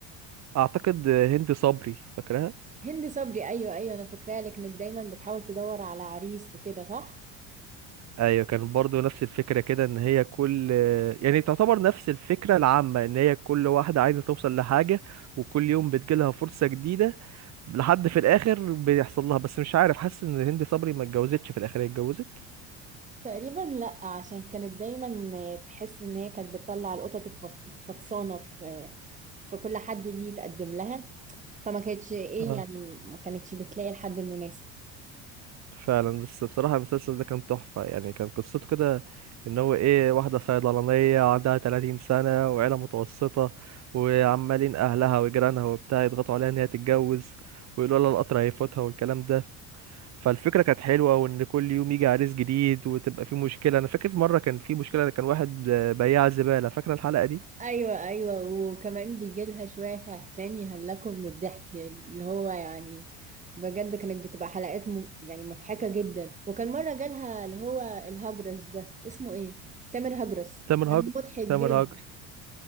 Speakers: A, on the right; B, on the right.
A: اعتقد هند صبري فاكراه
B: هند صبري ايوه ايوه انا فاكراه لكنك دايما بتحاول تدور على عريس وكده صح
A: ايوه كان برضو نفس الفكره كده ان هي كل يعني تعتبر نفس الفكره العامه ان هي كل واحده عايزه توصل لحاجه وكل يوم بتجيلها فرصه جديده لحد في الاخر بيحصل لها بس مش عارف حاسس ان هند صبري ما اتجوزتش في الاخر هي اتجوزت
B: تقريبا لا عشان كانت دايما تحس ان هي كانت بتطلع القطط الف- الفطسانه في في كل حد يجي يتقدم لها فما كانتش ايه
A: اه
B: يعني ما كانتش بتلاقي الحد المناسب
A: فعلا بس بصراحه المسلسل ده كان تحفه يعني كان قصته كده ان هو ايه واحده صيدلانيه عندها 30 سنه وعيله متوسطه وعمالين اهلها وجيرانها وبتاع يضغطوا عليها ان هي تتجوز ويقولوا لها القطر هيفوتها والكلام ده فالفكرة كانت حلوة وإن كل يوم يجي عريس جديد وتبقى في مشكلة أنا فاكر مرة كان في مشكلة كان واحد بياع زبالة فاكرة الحلقة دي
B: ايوه ايوه وكمان بيجي لها شويه عرسان يهلكوا من الضحك اللي هو يعني بجد كانت بتبقى حلقات م... يعني مضحكه جدا وكان مره جالها اللي هو الهجرس ده اسمه ايه تامر هجرس
A: تامر
B: كان
A: هاجر
B: مضحك جدا
A: تامر هاجر